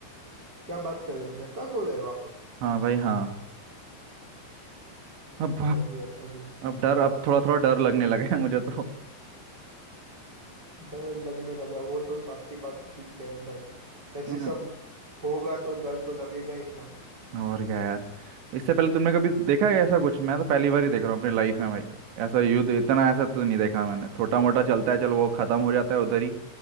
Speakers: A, on the right; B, on the right.
A: क्या बात कर रहे हो ब्लैकआउट हो रहे हो वापस
B: हाँ भाई हाँ अब
A: अच्छा जी अच्छा जी
B: अब डर अब थोड़ा थोड़ा डर लगने लगा है मुझे तो
A: डर लगने लगा वो तो आपकी बात ठीक है भाई ऐसे
B: हम्म,
A: सब होगा तो डर तो लगेगा ही ना
B: और क्या यार इससे पहले तुमने कभी देखा है ऐसा कुछ मैं तो पहली बार ही देख रहा हूँ अपनी लाइफ में भाई ऐसा युद्ध इतना ऐसा तो नहीं देखा मैंने छोटा मोटा चलता है चलो वो खत्म हो जाता है उधर ही